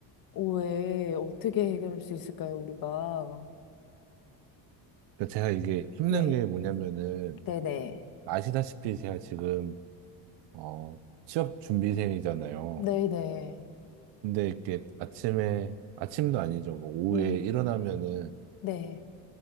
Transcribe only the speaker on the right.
그 제가 이게 힘든
게 뭐냐면은,
아시다시피 제가 지금, 어, 취업 준비생이잖아요.
근데 이렇게 아침에, 아침도 아니죠. 뭐 오후에
일어나면은